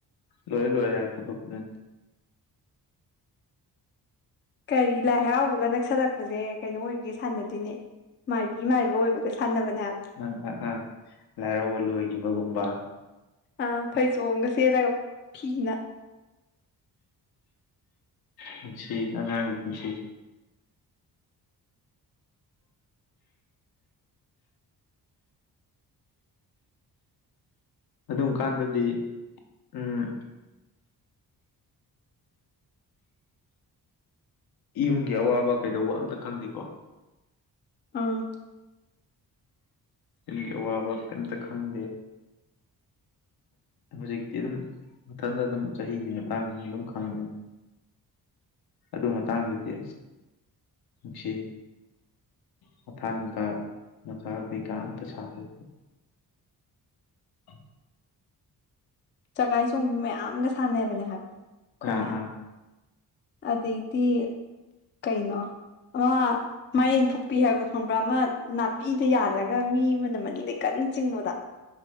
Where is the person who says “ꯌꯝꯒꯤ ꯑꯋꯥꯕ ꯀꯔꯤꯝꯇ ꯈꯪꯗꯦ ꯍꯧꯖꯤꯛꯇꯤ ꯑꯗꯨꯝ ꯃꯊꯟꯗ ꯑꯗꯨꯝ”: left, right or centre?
Left